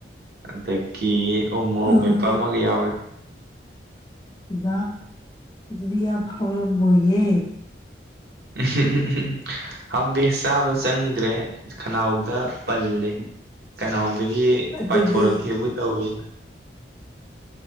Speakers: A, on the right; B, on the left.
A: ꯑꯗꯒꯤ ꯎ ꯃꯣꯔꯣꯛ
B: ꯎꯝ
A: ꯃꯦꯠꯄ ꯑꯃꯒ ꯌꯥꯎꯔꯦ
B: ꯏꯕ ꯑꯗꯨꯗꯤ ꯌꯥꯝ ꯍꯥꯎꯔꯝꯃꯣꯏꯌꯦ
A: ꯎꯝ ꯎꯝ ꯎꯝ ꯎꯝ ꯎꯝ ꯍꯥꯎꯗꯦ ꯆꯥꯕ ꯆꯪꯗ꯭ꯔꯦ ꯈꯅꯥꯎꯗ ꯄꯜꯂꯦ ꯀꯅꯥꯎꯗꯒꯤ
B: ꯑꯗꯨꯗꯤ
A: ꯄꯥꯏꯊꯣꯔꯛꯀꯦꯕꯨ ꯇꯧꯋꯦ